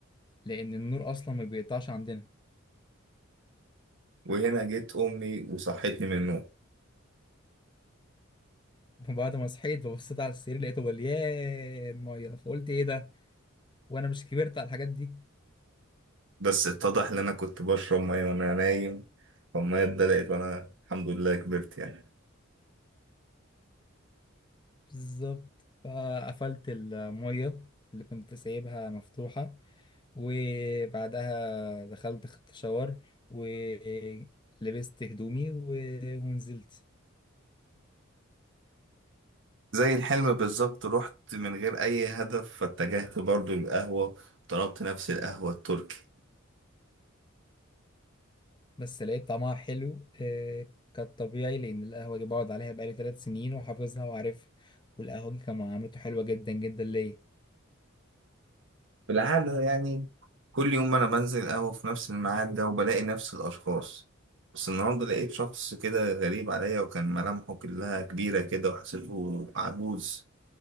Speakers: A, on the left (about 25°); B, on the right (about 65°).
A: لان النور اصلا ما بيقطعش عندنا
B: وهنا جيت أمي وصحتني من النوم
A: فبعد ما صحيت فبصيت على السرير لقيته مليان ميه فقلت ايه ده وانا مش كبرت على الحاجات دي
B: بس اتضح إن أنا كنت بشرب مية وأنا نايم فالمية اتدلقت وأنا الحمد لله كبرت يعني
A: بالظبط فقفلت الميه اللي كنت سايبها مفتوحه وبعدها دخلت خدت شاور ولبست هدومي و- ونزلت
B: زي الحلم بالظبط رحت من غير أي هدف فاتجهت برضو للقهوة طلبت نفس القهوة التركي
A: بس لقيت طعمها حلو آه، كانت طبيعي لان القهوه دي بقعد عليها بقالي ثلاث سنين وحافظها وعارفها والقهوه دي كان معاملته حلوه جدا جدا ليا
B: بالعادة يعني كل يوم أنا بنزل قهوة في نفس الميعاد ده وبلاقي نفس الأشخاص بس النهاردة لقيت شخص كده غريب عليا وكان ملامحه كلها كبيرة كده وحسيته عجوز